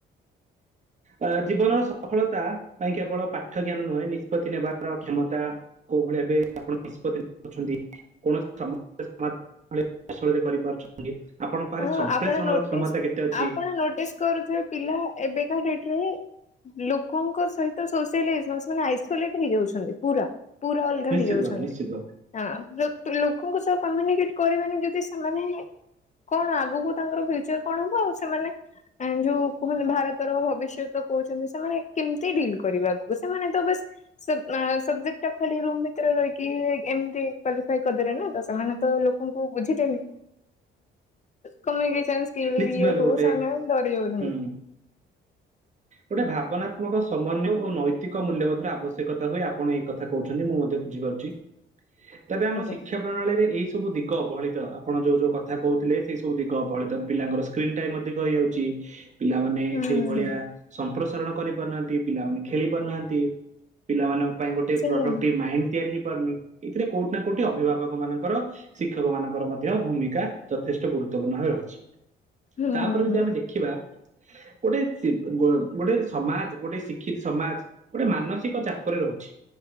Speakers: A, on the right; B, on the left.
A: ଅ ଜୀବନର ସଫଳତା ପାଇଁ କେବଳ ପାଠ ଜ୍ଞାନ ନୁହେଁ ନିଷ୍ପତ୍ତି ନେବାର କ୍ଷମତା କୋଉ ଭଳି ଏବେ ଆପଣ ନିଷ୍ପତ୍ତି ଅଛନ୍ତି କୌଣସ ସମସ୍ତ <unintelligible> କରିପାରୁଛନ୍ତି। <unintelligible>
B: ହଁ
A: ସମ୍ପ୍ରେଷଣର
B: ଆପଣ ନୋଟିସ୍
A: କ୍ଷମତା କେତେ ଅଛି
B: ଆପଣ ନୋଟିସ୍ କରୁଥିବେ ପିଲା ଏବେକା ଡେଟରେ ଲୋକଙ୍କ ସହିତ ସୋସିଆଲ ହେଇଯିବ ସେମାନେ ଆଇସୋଲେଟ ହେଇଯାଉଛନ୍ତି ପୁରା। ପୁରା ଅଲଗା
A: ନିଶ୍ଚିତ
B: ହେଇଯାଉଛନ୍ତି
A: ଭାବେ ନିଶ୍ଚିତ ଭାବେ
B: ହଁ ଲୋକଙ୍କ ସହ କମ୍ୟୁନିକେଟ କରିବାନି ଯଦି ସେମାନେ। କଣ ଆଗକୁ ତାଙ୍କର ଫ୍ୟୁଚର କଣ ହବ ଆଉ ସେମାନେ ଯୋଉ କୁହନ୍ତି ଭାରତର ଭବିଷ୍ୟତ କହୁଛନ୍ତି ସେମାନେ କେମିତି ଡିଲ୍ କରିବେ ଆଗକୁ ସେମାନେ ତ ବାସ ସବଜେକ୍ଟ ଟା ଖୋଲିକି ରୁମ୍ ଭିତରେ ରହିକି ଏମତି କ୍ବଲିଫାଇ କରିଦେଲେ ନା ତ ସେମାନେ ତ ଲୋକଙ୍କୁ ବୁଝିବେନି। କମ୍ୟୁନିକେଶନ୍ ସ୍କିିଲ୍
A: ନିଶ୍ଚିତ
B: ଇଏ
A: ଭାବେ
B: ହଉ
A: ଗୋଟେ
B: ସେମାନେ ଡରିଯାଉଛନ୍ତି।
A: ହୁଁ ଗୋଟେ ଭାବନାତ୍ମକ ସମନ୍ୟ ଓ ନୈତିକ ମୂଲ୍ୟବୋଧର ଆବଶ୍ୟକତା ହୁଏ ଆପଣ ଏଇ କଥା କହୁଛନ୍ତି ମୁଁ ମଧ୍ୟ ବୁଝିପାରୁଛି ତେବେ ଆମ
B: ଆଜ୍ଞା।
A: ଶିକ୍ଷା ପ୍ରଣାଳୀରେ ଏଇ ସବୁ ଦିଗ ଗ ଅବହେଳିତ ଆପଣ ଯୋଉ ଯୋଉ କଥା କହୁଥିଲେ ସେଇ ସବୁ ଦିିଗ ଅବହଳିତ ପିଲାଙ୍କର ସ୍କ୍ରିନ୍ ଟାଇମ୍ ଅଧିକ ହେଇଯାଉଛି ଇ। ପିଲାମାନେ
B: ହୁଁ
A: ସେ। ଭଳିଆ ସମ୍ପ୍ରସାରଣ କରିପାରୁନାହାନ୍ତି ପିଲାମାନେ। ଖେଳି ପାରୁନାହାନ୍ତି ପିଲାମାନ ପାଇଁ ଗୋଟେ
B: ସେଇଆ
A: ପ୍ରଡକ୍ଟିଭ୍ ମାଇଣ୍ଡ। ତିଆରି ହେଇ ପାରୁନି, ଏଥିରେ କୋଉଠି ନା କୋଉଠି ଅଭିଭାବକମାନଙ୍କର ଶିକ୍ଷକମାନଙ୍କର ମଧ୍ୟ ର ଭୂମିକା ଯଥେଷ୍ଟ ଗୁରୁ <unintelligible> ଭାବେରହିଛି।
B: ହୁଁ
A: ତାପରେ ଯଦି
B: ହୁଁ।
A: ଆମେ ଦେଖିବା ଗୋଟେ ଶି ଗୋଟେ ସମାଜ ଗୋଟେ ଶିକ୍ଷିତ୍ ସମାଜ ଗୋଟେ ମାନସିକ ଚାପରେ ରହୁଛି,